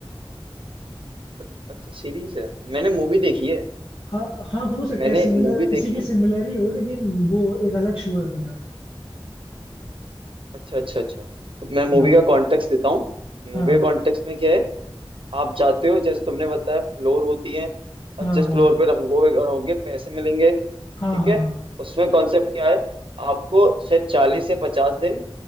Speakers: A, on the right; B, on the left.
A: बट अच्छा सीरीज है मैंने मूवी देखी है
B: हाँ हाँ हो सकता
A: मैंने
B: है सिमिलर
A: मूवी
B: इसी
A: देखी
B: के
A: है
B: सिमिलर ही हो लेकिन वो एक अलग शो है पूरा
A: अच्छा अच्छा अच्छा तो मैं मूवी
B: हाँ
A: का कॉन्टेक्स्ट देता हूँ
B: हाँ
A: मूवी का कॉन्टेक्स्ट में क्या है आप जाते हो जैसे तुमने बताया फ्लोर होती है और
B: हाँ
A: जिस
B: हाँ
A: फ्लोर पे रहोगे रहोगे पैसे मिलेंगे ठीक
B: हाँ हाँ
A: है उसमें कॉन्सेप्ट क्या है आपको शायद चालीस से पचास दिन